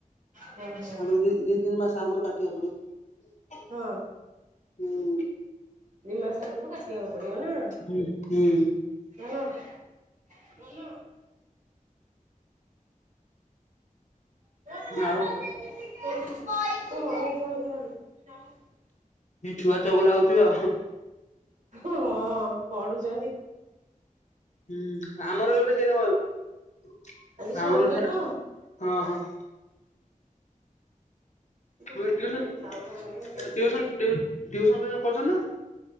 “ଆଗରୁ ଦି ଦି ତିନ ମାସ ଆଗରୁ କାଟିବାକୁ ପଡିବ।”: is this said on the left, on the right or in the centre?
Left